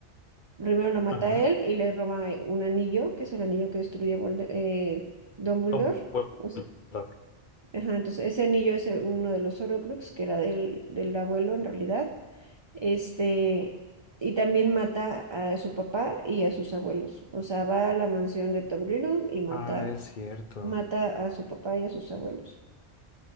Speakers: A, on the right; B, on the left.
A: Primero lo mata
B: Ajá.
A: a él y le roba eh, un anillo, que es el anillo que destruye Volde- eh, Dumbledore.
B: Tom Voldemort.
A: O sea, ajá, entonces ese anillo es eh, uno de los Horcrux, que era del, del abuelo en realidad. Este, y también mata a su papá y a sus abuelos. O sea, va a la mansión de Tom Riddle y mata,
B: Ah, es cierto.
A: mata a su papá y a sus abuelos.